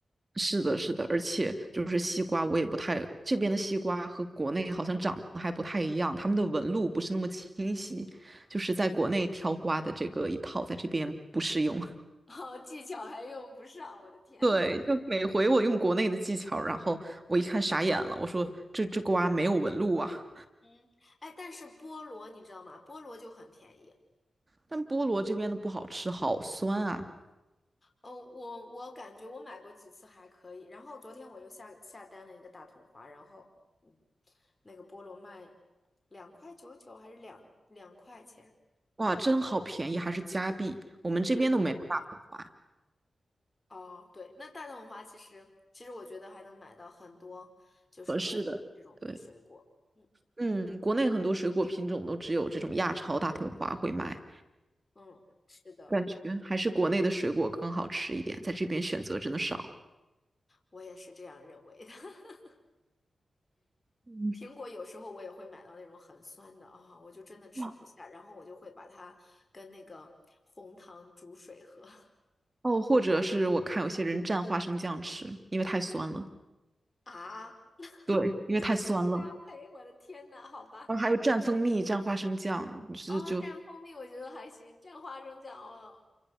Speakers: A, on the right (about 40°); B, on the left (about 30°).
A: 是的，是的，而且就是西瓜，我也不太，这边的西瓜和国内好像长得还不太一样，他们的纹路不是那么清晰，就是在国内挑瓜的这个一套，在这边不适用。
B: <laughs> 哦，技巧还用不上，我的天呐。
A: 对，就每回我用国内的技巧，然后我一看傻眼了，我说这这瓜没有纹路啊。
B: 嗯，哎，但是菠萝你知道吗？菠萝就很便宜。
A: 但菠萝这边的不好吃，好酸啊！
B: 哦，我我感觉我买过几次还可以，然后昨天我又下下单了一个大桶花，然后嗯，那个菠萝卖两块九九还是两两块钱？
A: 哇，真好便宜，还是加币。我们这边都没有大统花
B: 对对对。哦，对，那大桶花其实其实我觉得还能买到很多就是果这种水果，
A: 合适的，对，
B: 嗯
A: 嗯，国内很多水果品种都只有这种亚超大统花会卖，
B: 嗯，是的，
A: 感觉还是国内的水果更好吃一点，在这边选择真的少。
B: 我也是这样认为的。<laughs>
A: 嗯，
B: 苹果有时候我也会买到那种很酸的啊，我就真的吃不下，
A: 哇，
B: 然后我就会把它跟那个红糖煮水喝
A: 哦，或者是我看有些人蘸花生酱吃，因为太酸了。
B: <laughs> 啊。
A: 对，因为太酸了。
B: 是什么搭配？我的天呐，好吧。
A: 然后还有蘸蜂蜜、蘸花生酱，就是就
B: 哦，蘸蜂蜜我觉得还行，蘸花生酱哦，